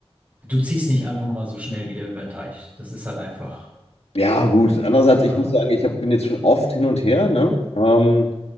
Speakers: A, on the right (about 20°); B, on the left (about 75°).
A: Du ziehst nicht einfach mal so schnell wieder über den Teich. Das ist halt einfach.
B: Ja, gut. Andererseits,
A: ah.
B: ich muss sagen, ich hab, bin jetzt schon oft hin und her, ne? Ähm,